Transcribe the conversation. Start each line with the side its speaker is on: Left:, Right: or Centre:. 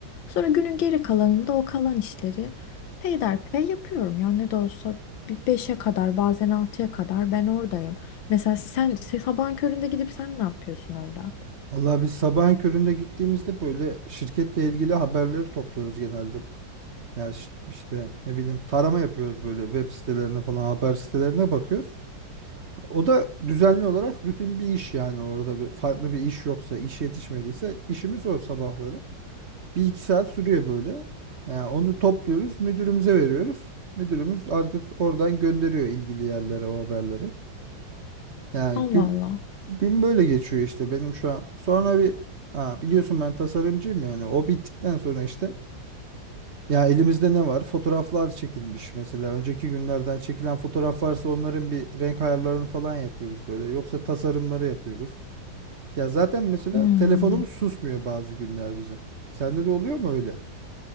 Left: Sonra günün geri kalanında o kalan işleri peyderpey yapıyorum. Yani ne de olsa bir beşe kadar bazen altıya kadar ben oradayım. Mesela sen, sen sabahın köründe gidip sen ne yapıyorsun orada?
Right: Vallahi biz sabahın köründe gittiğimizde böyle şirketle ilgili haberleri topluyoruz genelde. Ya ş- işte ne bileyim tarama yapıyoruz böyle web sitelerine falan haber sitelerine bakıyoruz. O da düzenli olarak rutin bir iş yani orada bir, farklı bir iş yoksa, iş yetişmediyse işimiz o sabahları. Bir iki saat sürüyor böyle. Yani onu topluyoruz, müdürümüze veriyoruz. Müdürümüz artık oradan gönderiyor ilgili yerlere o haberleri. Yani
Left: Allah
Right: gün,
Left: Allah.
Right: gün böyle geçiyor işte benim şu an. Sonra bir ha, biliyorsun ben tasarımcıyım yani o bittikten sonra işte ya elimizde ne var? Fotoğraflar çekilmiş mesela. Önceki günlerden çekilen fotoğraf varsa onların bir renk ayarlarını falan yapıyoruz böyle. Yoksa tasarımları yapıyoruz. Ya zaten mesela
Left: Hmm,
Right: telefonumuz susmuyor bazı günler bizim. Sende de oluyor mu öyle?